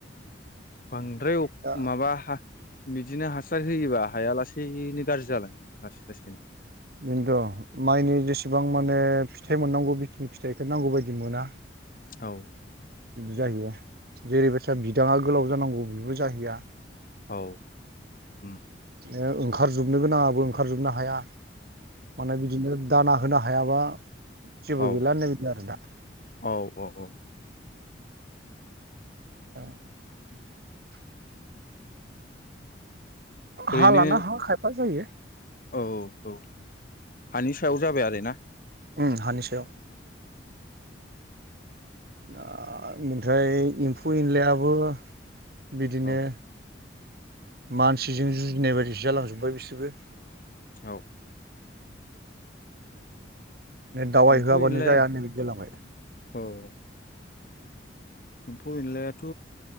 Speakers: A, on the left; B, on the right.
A: बांद्राय अ
B: दङ दा
A: माबा हा बिदिनो हासार होयोबा हाया लासैनो गाज्रि जालाङो लासै लासैनो
B: खिन्थु माइनि जेसेबां माने फिथाइ मोननांगौ बेखिनि फिथाइखौ नांगौ बायदि मोना
A: औ
B: जाहैयो जेरैबायदिया बिदाङा गोलाव जानांगौ बेबो जाहैया
A: औ ओम
B: ओ ओंखारजोबनो गोनाङाबो ओंखारजोबनो हाया माने बिदिनो दाना होनो हायाबा जेबो
A: औ
B: गैला होननाय बादि आरो ना
A: औ औ औ
B: <unintelligible>
A: ओरैनो
B: हा लाना हा खायफा जायो
A: औ औ औ हानि सायाव जाबाय आरो ना।
B: उम हानिसायाव आ ओमफ्राय एम्फौ एनलायाबो बिदिनो
A: औ
B: मानसिजों जुजिनाय बायदिसो जालांजोब्बाय बिसोरबो
A: औ
B: दावायहोआबानो
A: एम्फौ एनलाया
B: जाया बादि जालांबाय।
A: औ एम्फौ एनलायाथ'